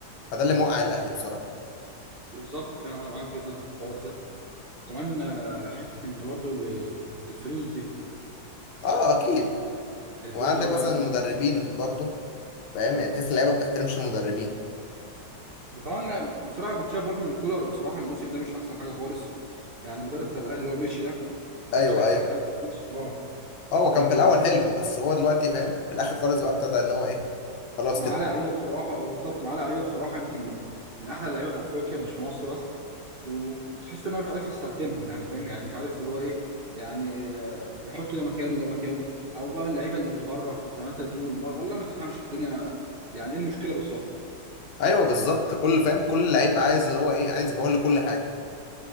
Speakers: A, on the left (about 85°); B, on the right (about 40°).
A: فده اللي
B: أيوة.
A: موقع الاهلي بصراحه
B: بالظبط فانا معاك جدا في الحوار ده كمان آه، حته ان برضو ال- الفلوس دي
A: اه اكيد
B: الف- الفلوس
A: وعندك
B: دي برضو
A: مثلا
B: يعني
A: المدربين
B: أنت-
A: برضو فاهم يعني تحس اللعيبه ما بتحترمش المدربين
B: وكمان أنا بصراحه كنت شايف برضو ان الكولر بصراحه الموسم ده مش احسن حاجه خالص يعني المدرب بتاع الاهلي اللي هو مشي ده ما
A: ايوه
B: كانش احسن
A: ايوه
B: حاجه خالص اه
A: هو كان
B: يعني
A: في الاول
B: بجد
A: حلو بس هو دلوقتي فاهم في الاخر خالص بقى ابتدى ان هو ايه خلاص
B: معاه
A: كده
B: لعيبه بصراحه اه بالظبط معاه لعيبه بصراحه يمكن من من احلى اللعيبه في افريقيا مش في مصر بس وتحس انه مش عارف يستخدمهم يعني فاهم يعني مش عارف اللي هو ايه يعني آه، يحط ده مكانه ده مكانه او بقى اللعيبه اللي متغره زي ما انت بتقول ما والله ما تفهمش الدنيا يعني ايه المشكله بالظبط
A: ايوه بالظبط كل فاهم كل لعيب عايز اللي هو ايه عايز يبقى هو اللي كل حاجه